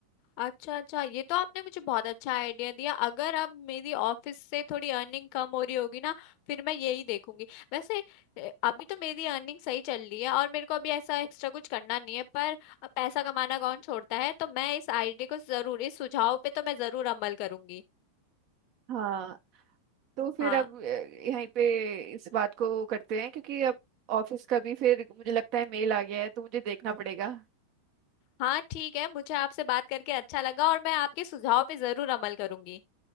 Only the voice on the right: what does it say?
हाँ तो फिर
अब अ, यहीं पे इस बात को करते हैं क्योंकि अब ऑफिस का भी फिर मुझे लगता है मेल आ गया है तो मुझे देखना पड़ेगा